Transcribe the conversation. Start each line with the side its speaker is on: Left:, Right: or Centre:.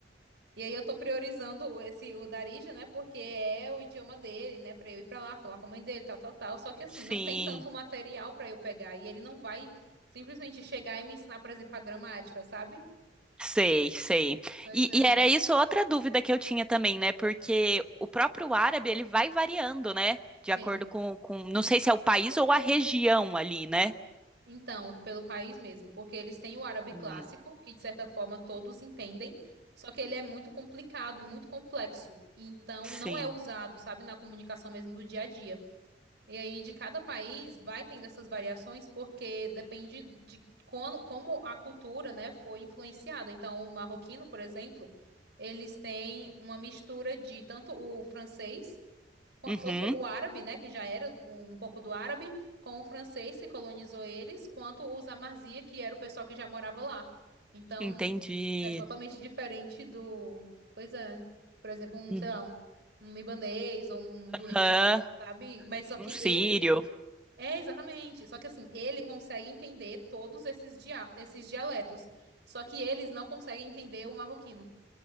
Right: E aí eu tô priorizando esse o Darija, né? Porque é o idioma dele, né? Pra eu ir pra lá, falar com a mãe dele, tal, tal, tal. Só que assim,
Centre: Sim,
Right: não tem tanto material pra eu pegar. E ele não vai simplesmente chegar e me ensinar, por exemplo, a gramática, sabe?
Centre: sei, sei.
Right: Pois
Centre: E,
Right: é,
Centre: e era isso outra dúvida que eu tinha também, né? Porque o próprio árabe, ele vai variando, né?
Right: sim.
Centre: De acordo com, com, não sei se é o país ou a região ali, né?
Right: Então, pelo país mesmo, porque eles têm o árabe
Centre: Hum.
Right: clássico, que de certa forma todos entendem, só que ele é muito complicado e muito complexo, e então
Centre: Sim.
Right: não é usado, sabe, na comunicação mesmo do dia a dia. E aí de cada país vai tendo essas variações, porque depende de como, como a cultura, né, foi influenciada. Então, o marroquino, por exemplo, eles têm uma mistura de tanto o francês Quan-
Centre: Uhum,
Right: Tanto o árabe, né, que já era um pouco do árabe, com o francês que colonizou eles, quanto os Amazia, que era o pessoal que já morava lá. Então,
Centre: entendi.
Right: é totalmente diferente do, pois é, por exemplo, um,
Centre: Uhum.
Right: sei lá, um, um libanês ou um do Egito,
Centre: Aham,
Right: sabe? Mas só que
Centre: Um sírio.
Right: ele, é exatamente, só que assim, ele consegue entender todos esses dia, esses dialetos, só que eles não conseguem entender o marroquino.